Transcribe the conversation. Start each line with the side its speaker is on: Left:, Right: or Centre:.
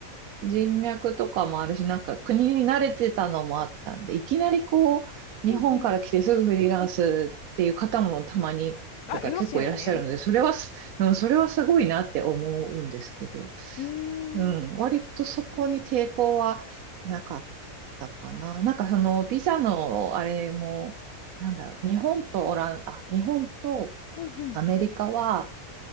Right: 人脈とかもあるし、なんか国に慣れてたのもあったんで、いきなりこう、
Left: うん。
Right: 日本から来てすぐフリーランスっていう方もたまに、
Left: あ、
Right: とか結構いらっしゃるので、
Left: いますよね。
Right: それはす、うん、それはすごいなって思うんですけど、
Left: うん。
Right: うん、
Left: うん
Right: 割とそこに抵抗はなかったかな。なんかその、ビザのあれも、なんだろう、日本とオラン、あ、日本と
Left: うんうんうん
Right: アメリカは、